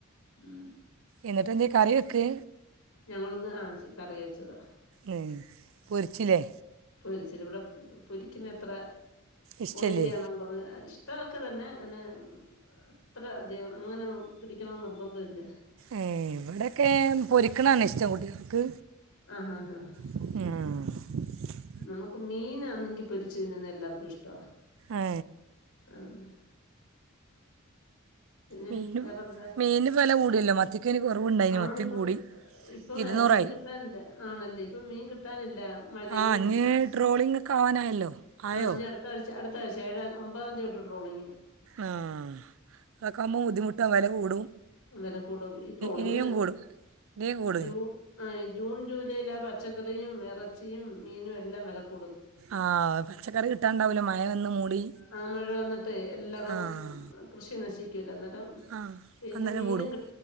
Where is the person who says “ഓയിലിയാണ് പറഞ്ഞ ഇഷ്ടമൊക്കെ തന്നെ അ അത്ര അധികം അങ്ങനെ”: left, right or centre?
Left